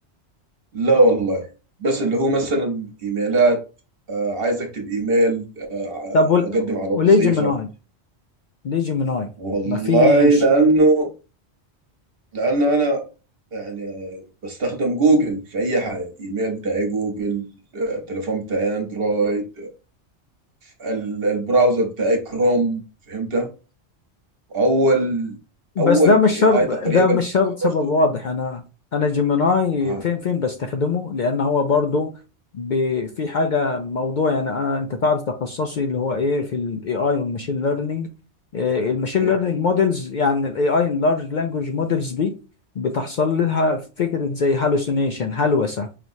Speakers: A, on the right (about 55°); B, on the left (about 55°).
A: لا والله بس اللي هو مثلا ايميلات آه عايز اكتب ايميل آه
B: طب وال-
A: اقدم على
B: وليه
A: وظيفة
B: جيميناي؟ ليه جيميناي؟
A: والله
B: ما فيش
A: لانه لانه انا يعني بستخدم جوجل في اي حاجة الايميل بتاعي جوجل آه، التليفون بتاعي اندرويد ال- البراوزر بتاعي كروم فهمت اول
B: بس
A: اول
B: ده مش
A: اي
B: شرط
A: اي تقريبا
B: ده مش شرط
A: استضفته
B: سبب واضح انا انا جيميناي
A: ها
B: فين فين بستخدمه لان هو برضو ب- في حاجه موضوع يعني انا انت تعرف تخصصي اللي هو ايه في الاي اي والماشين ليرنينج الماشين
A: اوكي
B: ليرنينج موديلز يعني الاي اي اللارج لانجوج موديلز دي بتحصل لها فكره زي هالوسينيشن هلوسه